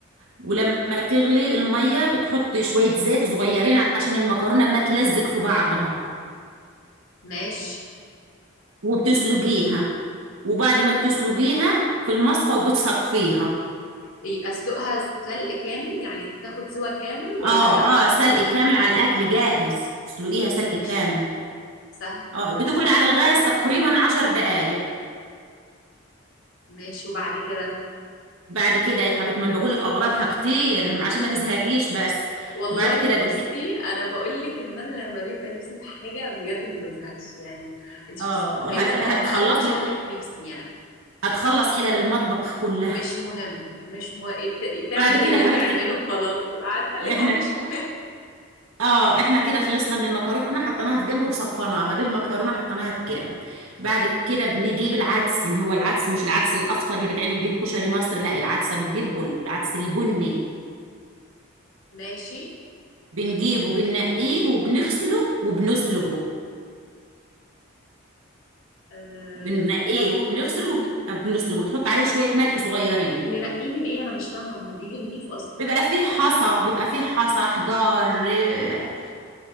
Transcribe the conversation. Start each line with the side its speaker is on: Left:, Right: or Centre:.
Right: ولما تغلي الميه بتحطي شويه زيت صغيرين عشان المكرونه ما تلزق في بعضها
Left: ماشي
Right: وبتسلقيها وبعد ما بتسلقيها في المصفى وبتصفيها
Left: إيه اسلقها سلق كامل يعني تاخد سوا كامل ولا
Right: اه
Left: لأ
Right: اه سلق كامل على الاكل جاهز تسلقيها سلق
Left: ماشي
Right: كامل
Left: سهل
Right: اه بتقعد على الغاز تقريبا عشر دقايق
Left: ماشي وبعد كده
Right: بعد كده يا حبيبتي ما انا بقول لك اغراضها كتير عشان ما تزهقيش بس
Left: والله
Right: بعد كده بتجيب
Left: بصي انا بقول لك ان انا لما بيبقى نفسي في حاجه بجد ما بزهقش يعني انت
Right: اه
Left: مش متخيله
Right: هت...
Left: انها
Right: هتخلص
Left: بقى لها شهر
Right: لك
Left: في نفسي يعني
Right: هتخلص حلل المطبخ كلها
Left: مش مهم مش مهم تعمل
Right: بعد كده
Left: اللي
Right: يا حبيبتي
Left: تعمله خلاص عارفه اللي
Right: احنا
Left: هو مش مهم
Right: اه احنا كده خلصنا من المكرونه حطيناها في جنب وصفناها دي المكرونه حطيناها في جنب بعد كده بنجيب العدس اللي هو العدس مش العدس الاصفر اللي بتعمل بيه كشري مصر لا العدس ابو جيب والعدس البني
Left: ماشي
Right: بنجيبه بننقيه وبنغسله وبنسلجه
Left: آه
Right: بننقيه
Left: بس استني
Right: وبنغسله وبنسلجه بتحط عليه شوية ملح صغيرين
Left: ننقيه من ايه انا مش فاهمه ما هو بيجي نضيف اصلا
Right: بيبقى فيه حصى بيبقى فيه حصى حجار إيه،